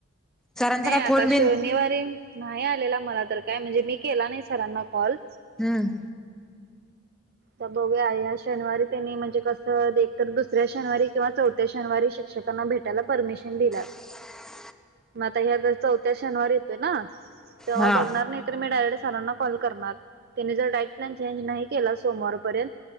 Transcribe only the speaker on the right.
नाही
आता,
शनिवारी नाही आलेला मला तर काय म्हणजे मी केला नाही सरांना कॉल.
आता बघुया, ह्या शनिवारी त्यांनी म्हणजे कसं एक तर दुसऱ्या शनिवारी किंवा चौथ्या शनिवारी शिक्षक त्यांना भेटायला परमिशन दिल्यात.
मग आता ह्या जर, चौथा शनिवारी येतोय ना? तेव्हा
बघणार, नाही तर मी डायरेक्ट सरांना कॉल करणार. त्यांनी जर डाएट प्लन चेंज नाही केलाच सोमवारपर्यंत,